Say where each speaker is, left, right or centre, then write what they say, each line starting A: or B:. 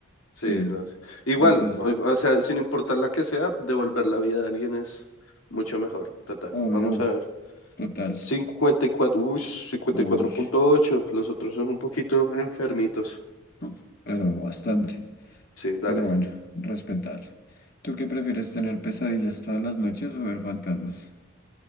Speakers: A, on the left; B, on the left.
A: Sí,
B: Sí, no sé. Igual,
A: entonces,
B: o, o sea, sin importar la que sea, devolver la vida a alguien es mucho mejor. Total,
A: obvio,
B: vamos a ver.
A: total.
B: cincuenta y cuatro uy, cincuenta
A: Ush,
B: y cuatro punto ocho Los otros son un poquito enfermitos.
A: uf, pero bastante.
B: Sí, dale.
A: Pero bueno, respetable. ¿Tú qué prefieres tener pesadillas todas las noches o ver fantasmas?